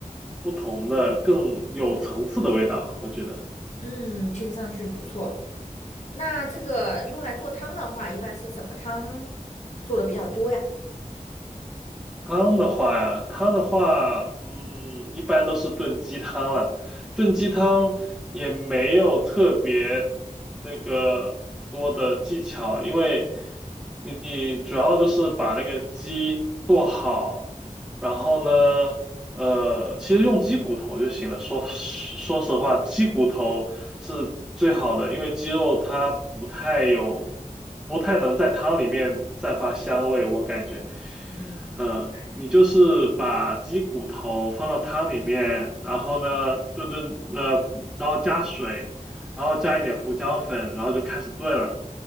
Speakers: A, in the centre; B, on the left.
A: 不同的、更有层次的味道，我觉得。
B: 嗯，听上去不错。那这个用来做汤的话，一般是什么汤做的比较多呀？
A: 汤的话呀，汤的话，嗯，一般都是炖鸡汤了。炖鸡汤也没有特别那个多的技巧，因为你你主要就是把那个鸡剁好，然后呢，呃，其实用鸡骨头就行了。说说实话，鸡骨头是最好的，因为鸡肉它不太有，不太能在汤里面散发香味，我感觉。
B: 嗯，明白。
A: 嗯，你就是把鸡骨头放到汤里面，然后呢炖炖，呃，然后加水，然后加一点胡椒粉，然后就开始炖了，